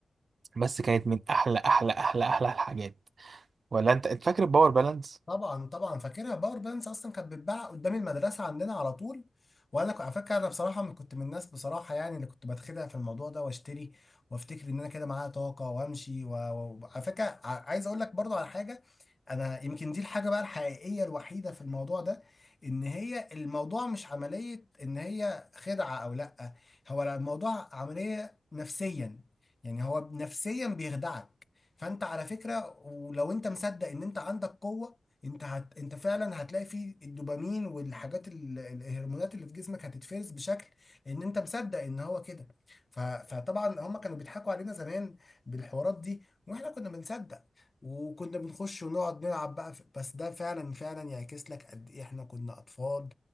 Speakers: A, on the right; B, on the left.
A: بس كانت من احلى احلى احلى احلى الحاجات ولا انت انت فاكر الباور بالانس
B: طبعا طبعا فاكرها باور بانكس اصلا كانت بتتباع قدام المدرسه عندنا على طول وانا ك- على فكره انا بصراحه من- كنت من الناس بصراحه يعني اللي كنت بتخدع في الموضوع ده واشتري وافتكر ان انا كده معايا طاقه وامشي و- و- وعلى فكره ع- عايز اقول لك برضو على حاجه انا يمكن دي الحاجه بقى الحقيقيه الوحيده في الموضوع ده ان هي الموضوع مش عمليه ان هي خدعه او لا هو الموضوع عمليه نفسيا يعني هو نفسيا بيخدعك فانت على فكره ولو انت مصدق ان انت عندك قوه انت هت... انت فعلا هتلاقي فيه الدوبامين والحاجات ال... الهرمونات اللي في جسمك هتتفرز بشكل ان انت مصدق ان هو كده ف... فطبعا هم كانوا بيضحكوا علينا زمان بالحوارات دي واحنا كنا بنصدق وكنا بنخش ونقعد نلعب بقى في... بس ده فعلا فعلا يعكس لك قد ايه احنا كنا اطفال